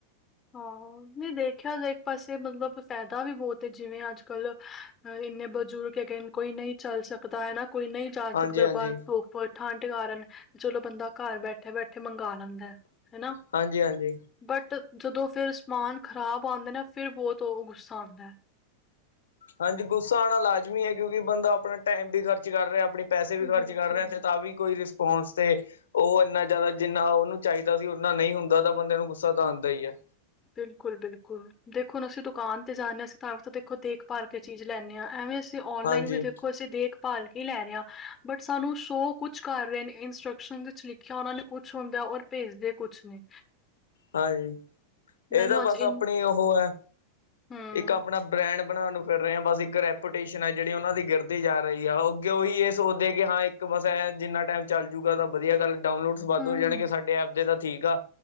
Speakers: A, on the left; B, on the left.
A: ਹਾਂ। ਨਹੀਂ ਦੇਖਿਆ ਜਾਏ ਇੱਕ ਪਾਸੇ, ਮਤਲਬ ਫਾਇਦਾ ਵੀ ਬਹੁਤ ਏ ਜਿਵੇਂ ਅੱਜ ਕੱਲ ਅਹ ਇੰਨੇ ਬਜ਼ੁਰਗ ਹੈਗੇ ਕੋਈ ਨਹੀਂ ਚੱਲ ਸਕਦਾ ਹੈਨਾ, ਕੋਈ ਨਹੀਂ ਜਾ
B: ਹਾਂਜੀ
A: ਸਕਦਾ
B: ਹਾਂਜੀ
A: ਬਾਹਰ ਉਪਰ ਠੰਡ ਕਾਰਨ, ਚਲੋ ਬੰਦਾ ਘਰ ਬੈਠੇ-ਬੈਠੇ ਮੰਗਾ ਲੈਂਦਾ। ਹੈਨਾ
B: ਹਾਂਜੀ ਹਾਂਜੀ
A: ਬਟ ਜਦੋਂ ਫਿਰ ਸਮਾਨ ਖ਼ਰਾਬ ਆਂਦਾ ਨਾ, ਫਿਰ ਬਹੁਤ ਉਹ ਗੁੱਸਾ ਆਂਦਾ।
B: ਹਾਂਜੀ ਗੁੱਸਾ ਆਣਾ ਲਾਜ਼ਮੀ ਹੈ। ਕਿਉਂਕਿ ਬੰਦਾ ਆਪਣਾ ਟਾਈਮ ਵੀ ਖਰਚ ਕਰ ਰਿਹਾ ਆਪਣੀ ਪੈਸੇ ਵੀ ਖਰਚ
A: ਬਿਲਕੁਲ।
B: ਕਰ ਰੇਹਾ, ਤੇ ਤਾਂ ਵੀ ਕੋਈ ਰਿਸਪੋਂਸ ਤੇ ਉਹ ਇੰਨਾ ਜ਼ਿਆਦਾ ਜਿੰਨਾ ਉਹਨੂੰ ਚਾਹੀਦਾ ਸੀ, ਉਨਾ ਨਹੀਂ ਹੁੰਦਾ ਤਾਂ ਬੰਦੇਿਆਂ ਨੂੰ ਗੁੱਸਾ ਤਾਂ ਆਂਦਾ ਈ ਹੈ।
A: ਬਿਲਕੁਲ ਬਿਲਕੁਲ। ਦੇਖੋ ਹੁਣ ਅਸੀ ਦੁਕਾਨ ਤੇ ਜਾਂਦੇ ਹਾਂ ਅਸੀਂ ਤਾਂ ਵੀ ਤੇ ਦੇਖੋ ਦੇਖਭਾਲ ਕੇ ਚੀਜ਼ ਲੈਂਨੇ ਹਾਂ ਐਵੇਂ ਅਸ ਤੇ ਔਨਲਾਈਨ
B: ਹਾਂਜੀ
A: ਵੀ ਦੇਖੋ ਅਸੀਂ ਦੇਖ ਭਾਲ ਕੇ ਲੈ ਰਹੇ ਆਂ ਬਟ ਸਾਨੂੰ ਸ਼ੋਅ ਕੁਛ ਕਰ ਰਹੇ ਨੇ ਇੰਸਟਰਕਸ਼ਨ ਵਿੱਚ ਲਿਖਿਆ ਉਹਨਾਂ ਨੇ ਕੁਛ ਹੁੰਦਾ ਔਰ ਭੇਜਦੇ ਕੁਛ ਨੇ
B: ਹਾਂਜੀ, ਇਹ
A: ਮੈਨੂੰ
B: ਤਾਂ ਬਸ
A: ਅੱਜ ਇਨ
B: ਆਪਣੀ ਉਹ ਹੈ
A: ਹੂੰ,
B: ਇੱਕ ਆਪਣਾ ਬ੍ਰੈਂਡ ਬਨਾਨ ਨੂੰ ਫਿਰ ਰਹੇ ਆ ਬਸ ਇੱਕ ਰੈਪੂਟੇਸ਼ਨ ਹੈ ਜਿਹੜੀ ਉਹਨਾਂ ਦੀ ਗਿਰਦੀ ਜਾ ਰਹੀ ਐ ਉਹ ਕਿ ਉਹੀ ਇਹ ਸੋਚਦੇ ਏ ਕਿ ਹਾਂ ਇੱਕ ਬਸ ਐ ਜਿੰਨਾ ਟਾਈਮ ਚੱਲ ਜੂਗਾ ਤਾਂ ਵਧੀਆ ਗੱਲ ਡਾਊਨਲੋਡਸ ਵੱਧ
A: ਹੂੰ
B: ਹੋ ਜਾਨਗੇ ਸਾਡੇ ਐਪ ਯੇ ਤਾਂ ਠੀਕ ਆ